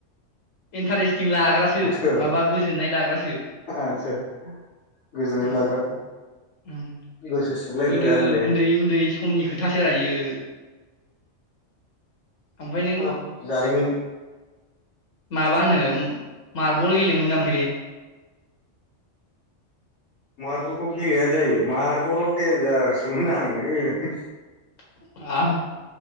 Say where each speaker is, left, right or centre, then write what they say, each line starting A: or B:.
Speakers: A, on the left; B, on the left.
A: इन्टारेस्ट। मिथिं लाग्रासो
B: माथो
A: माबा गोजोननाय लाग्रासो
B: आदसा गोजोननाय
A: उम
B: लाग्रा
A: उम
B: गोसो सुग्लायहोग्रा
A: गोदो
B: होनदो
A: उन्दै उन्दै समनि खोथा सो रा यियो। ओमफाय नो
B: अ जारिमिन
A: माबा होनो मार्बल गेलेनो मोनोना मोनाखैलै?
B: मार्बलखौ गेलेया जायो मार्बलाव देनजारसोमोन आङो।
A: <unintelligible>